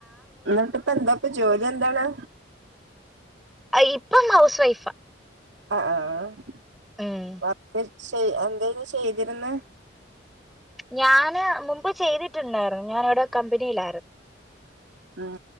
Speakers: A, on the right; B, in the centre.
A: എന്നിട്ടിപ്പ എന്താപ്പ ജോലി എന്താണ്?
B: ആഹ് ഇപ്പം ഹൗസ് വൈഫാ
A: ആഹ് ആഹാ <unintelligible>
B: ഉം
A: ചെയ് എന്തേലും ചെയ്തിരുന്നെ
B: ഞാന് മുമ്പ് ചെയ്തിട്ടുണ്ടായിരുന്നു. ഞാനിവടെ കമ്പനിയിലായിരുന്നു.
A: ഉം